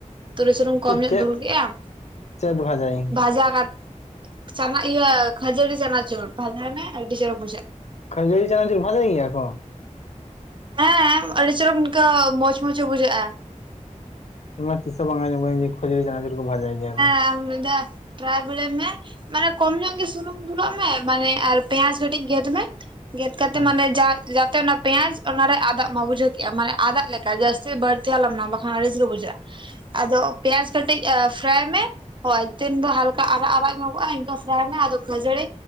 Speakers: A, on the right; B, on the left.
A: ᱛᱩᱲᱤ ᱥᱩᱱᱩᱢ ᱠᱚᱢ
B: ᱪᱮᱫ
A: ᱧᱚᱜ
B: ᱪᱮᱫ
A: ᱫᱩᱞ ᱠᱮᱜᱼᱟᱢ
B: ᱪᱮᱫ ᱵᱷᱟᱡᱟᱭᱤᱧ
A: ᱵᱷᱟᱡᱟ ᱠᱟᱛ ᱪᱟᱱᱟ ᱤᱭᱟᱹ ᱠᱷᱟᱹᱡᱟᱹᱲᱤ ᱪᱟᱱᱟᱪᱩᱨ ᱵᱷᱟᱡᱟᱭ ᱢᱮ ᱟᱹᱰᱤ ᱪᱮᱦᱨᱟ ᱵᱩᱡᱟᱹᱜᱼᱟ ᱾
B: ᱠᱷᱟᱹᱡᱟᱹᱲᱤ ᱪᱟᱱᱟᱪᱩᱨ ᱵᱷᱟᱡᱟᱭ ᱜᱮᱭᱟ ᱠᱚ?
A: ᱦᱮᱸ, ᱟᱹᱰᱤ ᱪᱚᱨᱚᱠ ᱤᱱᱠᱟᱹ ᱢᱚᱸᱪ ᱢᱚᱸᱪᱮ ᱵᱩᱡᱷᱟᱹᱜᱼᱟ ᱾
B: ᱤᱧ ᱢᱟ ᱛᱤᱥ ᱦᱚᱸ ᱵᱟᱝ ᱟᱸᱡᱚᱢ ᱠᱟᱹᱫᱤᱧ ᱡᱮ, ᱠᱷᱟᱹᱡᱟᱹᱲᱤ ᱪᱟᱱᱟᱪᱩᱨ ᱠᱚ ᱵᱷᱟᱡᱟᱭ ᱜᱮᱭᱟ ᱠᱚ
A: ᱦᱮᱸ ᱟᱢ ᱢᱮᱫ-ᱫᱷᱟᱣ ᱴᱨᱟᱭ ᱵᱟᱹᱲᱟᱹᱭ ᱢᱮ ᱢᱟᱱᱮ ᱠᱚᱢ ᱧᱚᱜ ᱜᱮ ᱥᱩᱱᱩᱢ ᱫᱩᱞᱟᱜ ᱢᱮ ᱢᱟᱱᱮ ᱟᱨ ᱯᱮᱸᱭᱟᱡ ᱠᱟᱹᱴᱤᱡ ᱜᱮᱫ ᱢᱮ ᱾ ᱜᱮᱫ ᱠᱟᱛᱮ
B: ᱦᱮᱸ
A: ᱢᱟᱱᱮ ᱡᱟ ᱡᱟᱠ ᱟᱛᱮ ᱚᱱᱟ ᱯᱮᱸᱭᱟᱡ ᱚᱱᱟ ᱨᱮ ᱟᱫᱟᱜ ᱢᱟ ᱵᱩᱡᱷᱟᱹᱣ ᱠᱮᱜᱼᱟ, ᱢᱟᱱᱮ ᱟᱫᱟᱜ ᱞᱮᱠᱟ ᱡᱟᱹᱥᱛᱤ ᱵᱟᱹᱲᱛᱤ ᱦᱚᱸ ᱟᱞᱚᱢ ᱮᱢᱟᱜᱼᱟ ᱵᱟᱠᱷᱟᱱ ᱟᱹᱲᱤᱥᱮᱜᱮ ᱵᱩᱡᱷᱟᱹᱜᱼᱟ ᱾ ᱟᱫᱚ ᱯᱮᱸᱭᱟᱡ ᱠᱟᱹᱴᱤᱡ ᱯᱷᱨᱟᱭ ᱢᱮ ᱦᱳᱭ ᱛᱤᱱ ᱵᱷᱳᱨ ᱦᱟᱞᱠᱟ ᱟᱨᱟᱜ ᱟᱨᱟᱜ ᱧᱚᱜᱚᱜᱼᱟ ᱤᱱᱠᱟᱹ ᱯᱷᱨᱟᱭ ᱢᱮ ᱾ ᱟᱫᱚ ᱠᱷᱟᱹᱡᱟᱹᱲᱤ